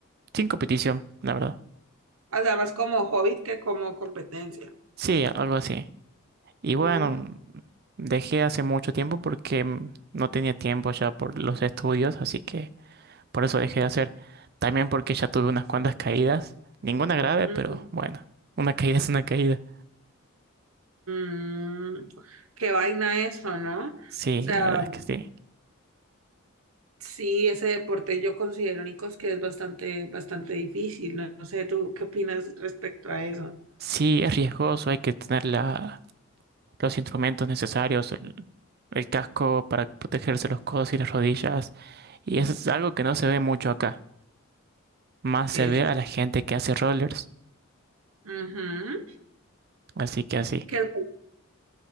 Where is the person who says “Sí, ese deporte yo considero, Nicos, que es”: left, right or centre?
Right